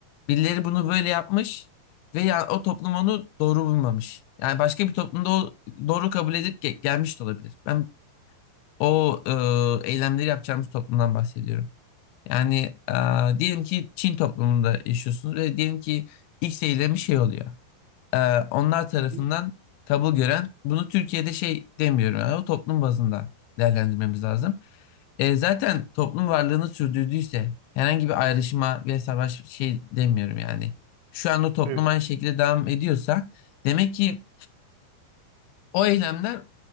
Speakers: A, on the left (about 85°); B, on the right (about 85°).
A: Birileri bunu böyle yapmış ve ya, o toplum onu doğru bulmamış. Yani başka bir toplumda o doğru kabul edip ge- gelmiş de olabilir. Ben o e, eylemleri yapacağımız toplumdan bahsediyorum. Yani e, diyelim ki Çin toplumunda yaşıyorsunuz ve diyelim ki X eylemi şey oluyor e, onlar tarafından
B: Hı hı,
A: kabul gören bunu Türkiye'de şey demiyorum yani o toplum bazında değerlendirmemiz lazım. E, zaten toplum varlığını sürdürdüyse herhangi bir ayrışma ve savaş şey demiyorum yani. Şu an o toplum
B: Evet.
A: aynı şekilde devam ediyorsa demek ki o eylemler